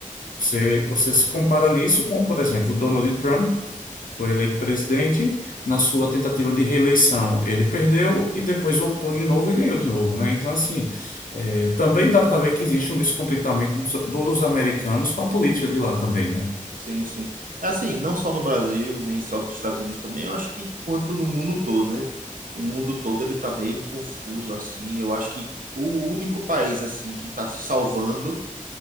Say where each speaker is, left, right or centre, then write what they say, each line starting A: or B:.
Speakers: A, on the left; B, on the right.
A: Você, você se compara nisso com, por exemplo, Donald Trump, que foi eleito presidente, na sua tentativa de reeleição, ele perdeu e depois voltou de novo e ganhou de novo, né? Então, assim, eh, também dá para ver que existe um descontentamento dos, dos americanos com a política de lá também, né?
B: Sim, sim. É Assim, não só no Brasil, nem só dos Estados Unidos também, eu acho que quanto no mundo todo, né? O mundo todo ele tá meio confuso, assim. Eu acho que o único país, assim, que tá se salvando,